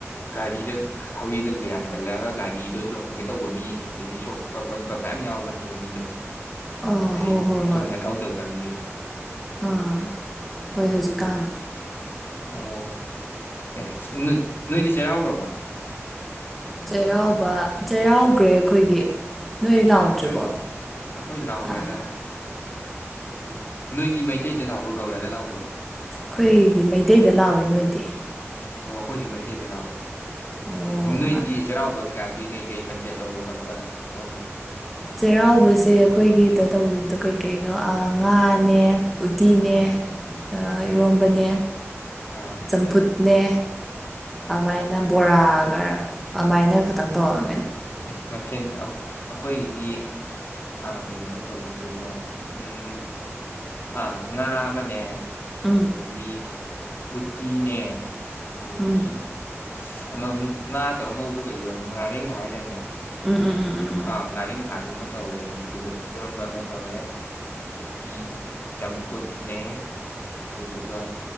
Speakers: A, on the left; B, in the centre.
A: ꯒꯥꯔꯤꯗ ꯊꯧꯔꯤꯗ ꯌꯥꯟꯁꯤꯜꯂꯒ ꯒꯥꯔꯤꯗꯣ ꯂꯣꯡꯒꯦ ꯇꯧꯕ ꯃꯤ ꯑꯗꯒꯤ ꯁꯣꯛꯄ ꯄꯟꯕ ꯃꯌꯥꯝ ꯌꯥꯎꯕꯅꯦꯕ ꯃꯤꯗꯣ꯫
B: ꯑꯥ
A: ꯍꯥꯏꯗꯤꯡ
B: ꯍꯣꯏ ꯍꯣꯏ
A: ꯆꯨꯝꯅ
B: ꯍꯣꯏ
A: ꯊꯧꯗꯕꯒꯤ꯫
B: ꯑꯥ ꯍꯣꯏ ꯍꯧꯖꯤꯛꯀꯥꯟ
A: ꯑꯣ ꯑꯦ ꯅꯣꯏꯗꯤ ꯆꯩꯔꯥꯎꯒ꯭ꯔꯕꯣ꯫
B: ꯆꯩꯔꯥꯎꯕ ꯆꯩꯔꯥꯎꯒ꯭ꯔꯦ ꯑꯩꯈꯣꯏꯒꯤ꯫ ꯅꯣꯏ
A: ꯑꯣ ꯆꯩꯔꯥꯎꯈ꯭ꯔꯦ
B: ꯂꯥꯎꯗ꯭ꯔꯤꯕꯣ
A: ꯑꯩꯈꯣꯏ ꯂꯥꯎꯈꯒ꯭ꯔꯦꯗ
B: ꯑꯥ
A: ꯑꯗꯨ ꯅꯣꯏꯗꯤ ꯃꯩꯇꯩꯗ ꯂꯥꯎꯕ꯭ꯔ ꯒꯧꯔꯥꯗ ꯂꯥꯎꯕ꯭ꯔ꯫
B: ꯑꯩꯈꯣꯏꯒꯤ ꯃꯩꯇꯩꯗ ꯂꯥꯛꯑꯦ ꯅꯣꯏꯗꯤ꯫
A: ꯑꯣ ꯑꯩꯈꯣꯏꯁꯨ ꯃꯩꯇꯩꯗ ꯂꯥꯛꯋꯦ
B: ꯑꯣ
A: ꯑꯦ ꯅꯣꯏꯗꯤ
B: ꯃꯥ
A: ꯆꯩꯔꯥꯎꯕ ꯀꯩ ꯀꯥꯗꯤ ꯀꯩ ꯀꯩ ꯃꯊꯦꯜ ꯇꯧꯕ ꯈꯣꯠꯄ ꯇꯧꯒꯦ꯫
B: ꯆꯩꯔꯥꯎꯕꯁꯦ ꯑꯩꯈꯣꯏꯒꯤꯗ ꯇꯧꯈꯤꯕꯗꯣ ꯀꯩꯀꯩꯅꯣ ꯑꯥ ꯉꯥꯅꯦ ꯎꯇꯤꯅꯦ
A: ꯑꯥ
B: ꯑꯥ ꯏꯔꯣꯝꯕꯅꯦ
A: ꯑꯥ
B: ꯆꯝꯐꯨꯠꯅꯦ ꯑꯃꯥꯏꯅ ꯕꯣꯔꯥꯒꯔ ꯑꯃꯥꯏꯅ ꯈꯛꯇꯪ ꯇꯧꯔ
A: ꯎꯝ ꯃꯊꯦꯜ ꯑꯧ ꯑꯩꯈꯣꯏꯒꯤꯗꯤ ꯑ ꯀꯩ ꯀꯩꯅꯣ ꯇꯧꯈꯤꯕꯗꯨꯕꯣ ꯎꯝ ꯑꯥ ꯉꯥ ꯑꯃꯅꯦ
B: ꯎꯝ
A: ꯑꯗꯒꯤ ꯎꯇꯤꯅꯦ ꯑꯗꯒꯤ
B: ꯎꯝ
A: ꯑꯃ ꯉꯥ ꯇꯧꯔ ꯉꯧꯕꯗꯣ ꯀꯔꯤꯕ ꯉꯥꯔꯦꯟꯈꯥ <unintelligible>
B: ꯎꯝ ꯎꯝ ꯎꯝ ꯎꯝ
A: ꯑꯥ ꯉꯥꯔꯦꯟꯈꯥꯗꯨ ꯑꯃ ꯇꯧꯔꯦ ꯑꯗꯨꯗꯨꯒ ꯏꯔꯣꯟꯕ ꯑꯃ ꯇꯧꯔꯦ ꯑꯗꯒꯤ ꯆꯝꯐꯨꯠꯅꯦ ꯑꯗꯨꯗꯨꯒ